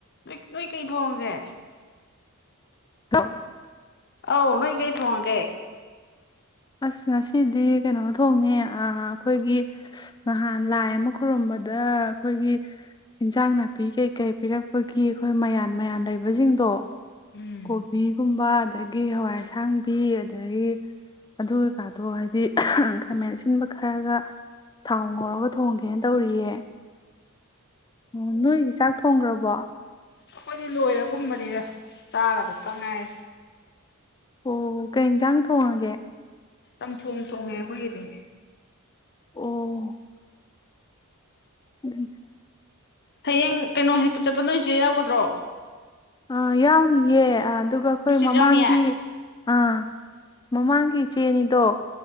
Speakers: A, on the left; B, on the left.
A: ꯅꯣꯏ ꯅꯣꯏ ꯀꯩ ꯊꯣꯡꯉꯒꯦ
B: ꯍ
A: ꯑꯧ ꯅꯣꯏ ꯀꯩ ꯊꯣꯡꯉꯒꯦ
B: ꯑꯁ ꯉꯁꯤꯗꯤ ꯀꯩꯅꯣ ꯊꯣꯡꯉꯦ ꯑꯩꯈꯣꯏꯒꯤ ꯅꯍꯥꯟ ꯂꯥꯏ ꯑꯃ ꯈꯨꯔꯨꯝꯕꯗ ꯑꯩꯈꯣꯏꯒꯤ ꯏꯟꯁꯥꯡ ꯅꯥꯄꯤ ꯀꯩꯀꯩ ꯄꯤꯔꯛꯄꯒꯤ ꯑꯩꯈꯣꯏ ꯃꯌꯥꯟ ꯃꯌꯥꯟ ꯂꯩꯕꯁꯤꯡꯗꯣ
A: ꯎꯝ
B: ꯀꯣꯕꯤ꯫ ꯒꯨꯝꯕ ꯑꯗꯒꯤ ꯍꯋꯥꯏ ꯑꯁꯥꯡꯕꯤ ꯑꯗꯒꯤ ꯑꯗꯨ ꯀꯩꯀꯥꯗꯣ ꯍꯥꯏꯗꯤ ꯈꯥꯃꯦꯟ ꯑꯁꯤꯟꯕ ꯈꯔꯒ ꯊꯥꯎ ꯉꯧꯔꯒ ꯊꯣꯡꯒꯦꯅ ꯇꯧꯔꯤꯌꯦ꯫ ꯑꯣ ꯅꯣꯏꯗꯤ ꯆꯥꯛ ꯊꯣꯡꯒ꯭ꯔꯕꯣ꯫
A: ꯑꯩꯈꯣꯏꯗꯤ ꯂꯣꯏꯔꯒꯨꯝꯕꯅꯤꯗ ꯆꯥꯒꯗꯕ ꯇꯪ ꯉꯥꯏꯔꯦ꯫
B: ꯑꯣ ꯀꯩ ꯏꯟꯖꯥꯡ ꯊꯣꯡꯉꯒꯦ꯫
A: ꯆꯝꯊꯣꯡ ꯊꯣꯡꯉꯦ ꯑꯩꯈꯣꯏꯒꯤꯗꯤ꯫
B: ꯑꯣ꯫ ꯑꯗꯨꯅ꯫
A: ꯍꯌꯦꯡ ꯀꯩꯅꯣ ꯍꯦꯛꯄ ꯆꯠꯄ ꯅꯣꯏ ꯆꯦ ꯌꯥꯎꯒꯗ꯭ꯔꯣ꯫
B: ꯑꯥ ꯌꯥꯎꯅꯤꯌꯦ ꯑꯥ꯫ ꯑꯗꯨꯒ ꯑꯩꯈꯣꯏ
A: ꯅꯣꯏꯆꯦꯁꯨ
B: ꯃꯃꯥꯡꯒꯤ
A: ꯌꯥꯎꯅꯤꯌꯦ
B: ꯑꯥ꯫ ꯃꯃꯥꯡꯒꯤ ꯏꯆꯦ ꯑꯅꯤꯗꯣ꯫